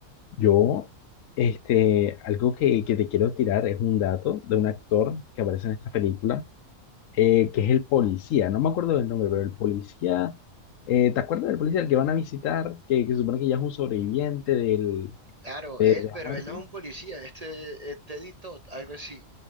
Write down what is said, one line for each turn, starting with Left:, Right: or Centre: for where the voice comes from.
Left: yo, este, algo que, que te quiero tirar es un dato de un actor que aparece en esta película, eh, que es el policía, no me acuerdo del nombre, pero el policía, eh, ¿te acuerdas del policía al que van a visitar, que, que se supone que ya es un sobreviviente del,
Right: Claro,
Left: de
Right: él,
Left: la
Right: pero
Left: muerte?
Right: él no es un policía, este eh, Teddy Todd, algo así.